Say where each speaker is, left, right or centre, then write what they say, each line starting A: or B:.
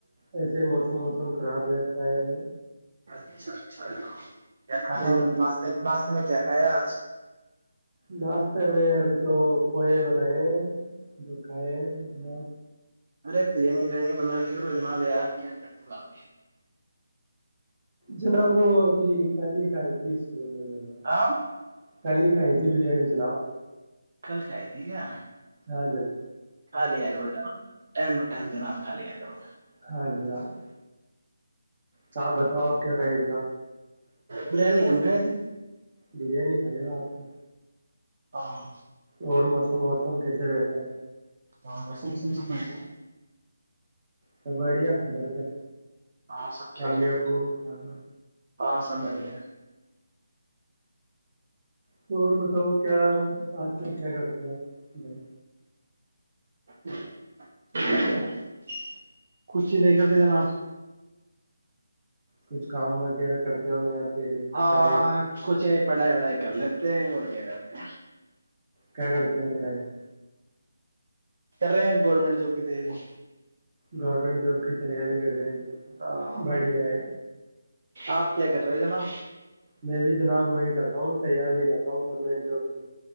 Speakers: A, on the right; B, on the right.
A: ایسے موسم ووسم کا خراب رہتا ہے
B: اچھا اچھا کھے
A: آپ
B: میں ماس ناشتے میں کیا کھایا آج
A: ناشتے میں ابھی تو پوئے بنائے ہیں جو کھائے ہیںنا
B: ارے بریانی وریانی بنا لی کرو جناب یار کیا کرتے ہو واپی یار
A: جنابو آگ <unintelligible> کیھ تیس لین ج <unintelligible>
B: ہاں
A: ک ل کائی تھی بریانی جناب
B: کل کھائی تھی کیا
A: ہاں جل
B: خالی ہے گ رو جان ٹائم جناب خ لیا کروں میں
A: ہ گلاا <unintelligible> صاحپ بتاؤ آپ کیا کہے گلا
B: بریانی ہمم کیں ج <unintelligible>
A: بریانی کھریے گا آپ تو
B: ہاں
A: اور موسم ووسم کیسے رہتا ہے
B: ہاں رسم وسم س پڑے
A: سب بڑیا گھر پہ
B: ہاں سب خیریت
A: امی ابو کانہ
B: ہاں سب بڑھیا
A: تو اور بتاؤ کیا آج کل کیا کرتے ہیں
B: <unintelligible> <unintelligible> کچ ہی نہیں کرتے جناب
A: کچھ کام وغیرہ کرتے ہو یا پھر
B: ہاں
A: پڑھائی وڑھائی
B: کچ نہیں پڑھائی وڑھائی کر لیتے ہیں اور کیا کرتے ہیں
A: کیا کرتے ہو پڑھائی میں
B: کر رہے ہیں گورمنٹ جاب کی تیاری
A: گورنمنٹ جاب کی تیاری کر رہے ہیں
B: ہاں
A: بڑھیا ہے
B: آپ کیا کر رہے ہو جناب
A: میں بھی جناب وہی کر رہا ہوں تیار ہی کر رہا ہوں گورنمٹ جاب کی